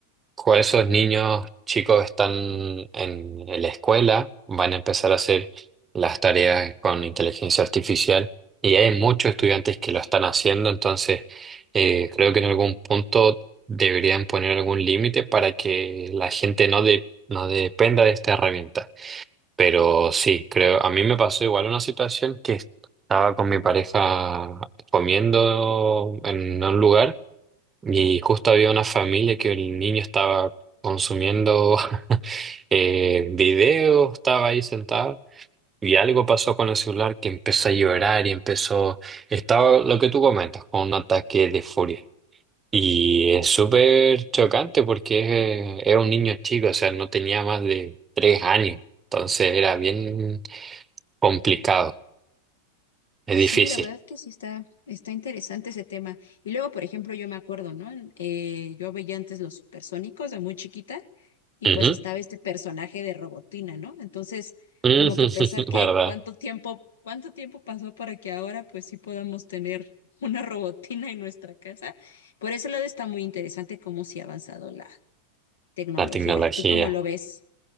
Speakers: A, on the right (about 20°); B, on the left (about 60°).
A: cuando esos niños chicos están en la escuela, van a empezar a hacer las tareas con inteligencia artificial y hay muchos estudiantes que lo están haciendo, entonces eh, creo que en algún punto deberían poner algún límite para que la gente no, de- no dependa de esta herramienta. Pero sí, creo, a mí me pasó igual una situación que estaba con mi pareja comiendo en un lugar y justo había una familia que el niño estaba consumiendo <laughs> eh, videos, estaba ahí sentado y algo pasó con el celular que empezó a llorar y empezó, estaba lo que tú comentas, con un ataque de furia. Y es súper chocante porque es, es un niño chico, o sea, no tenía más de tres años. Entonces era bien Complicado, es
B: Sí,
A: difícil.
B: la verdad que sí está, está interesante ese tema. Y luego, por ejemplo, yo me acuerdo, ¿no? En- eh, yo veía antes los supersónicos de muy chiquita y pues
A: Ujú,
B: estaba este personaje de Robotina, ¿no? Entonces,
A: ujú,
B: como que pensar que
A: <laughs> ¿Verdad?
B: cuánto tiempo, cuánto tiempo pasó para que ahora pues sí podamos tener <laughs> una Robotina en nuestra casa. Por ese lado está muy interesante cómo se ha avanzado la tecnología.
A: La tecnología.
B: ¿Tú cómo lo ves?